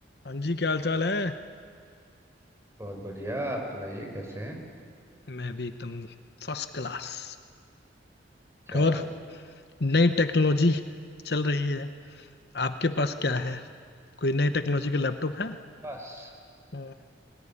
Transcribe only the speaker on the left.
हाँ जी क्या हाल चाल है
मैं भी एकदम फर्स्ट क्लास
और
नई टेक्नोलॉजी चल रही है आपके पास क्या है कोई नई टेक्नोलॉजी का लैपटॉप है
हम्म,